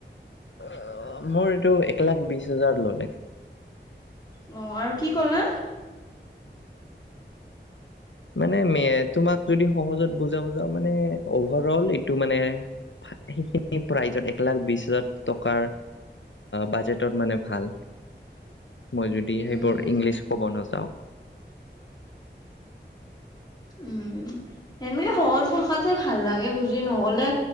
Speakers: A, on the left (about 80°); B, on the left (about 20°).
A: আহ মোৰ এইটো এক লাখ বিশ হাজাৰ ললে
B: অ আৰু কি কলা
A: মানে তোমাক যদি সহজত বুজা বুজা মানে অভাৰ অল এইটো মানে সেইখিন লাখ বি হাজাৰ টকাৰ বাজটত মানে ভাল মই যদি
B: উম
A: সেইবোৰ ইংলিছ ক'ব নাযাওঁ
B: উম সেনেকে সহজ ভাষাতেে ভাল লাগে বুজি নহলে